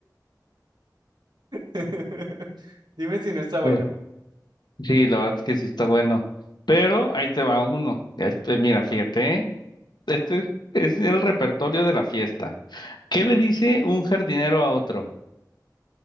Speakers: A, on the right; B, on the left.
A: <laughs> Dime si no está bueno.
B: Uh, Sí, la verdad es que sí está bueno. Pero ahí te va uno. Este, mira, fíjate, ¿eh? Este es, es el repertorio de la fiesta. ¿Qué le dice un jardinero a otro?